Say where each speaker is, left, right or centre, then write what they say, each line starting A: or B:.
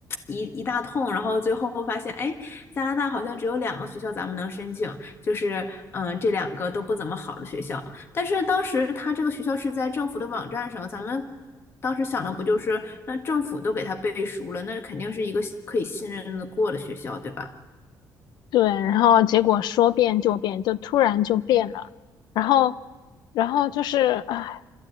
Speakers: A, on the left; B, on the left.
A: 一一大通，然后最后发现，哎，加拿大好像只有两个学校咱们能申请，就是嗯这两个都不怎么好的学校，但是当时他这个学校是在政府的网站上，咱们当时想的不就是那政府都给他背书了，那肯定是一个可以信任的过的学校，对吧？
B: 对，然后结果说变就变，就突然就变了，然后然后就是唉，